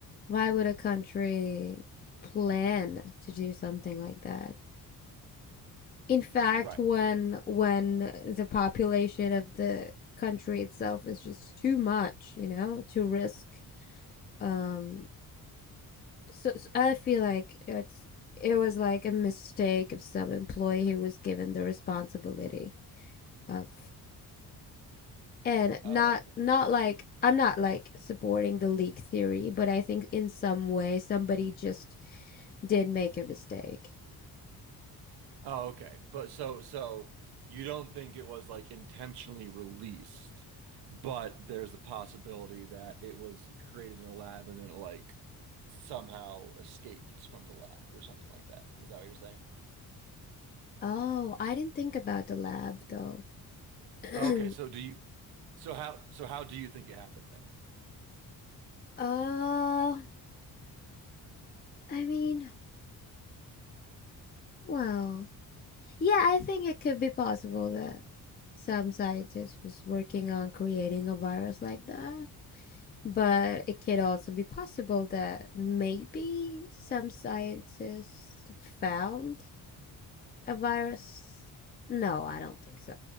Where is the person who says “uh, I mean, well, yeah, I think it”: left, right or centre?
Left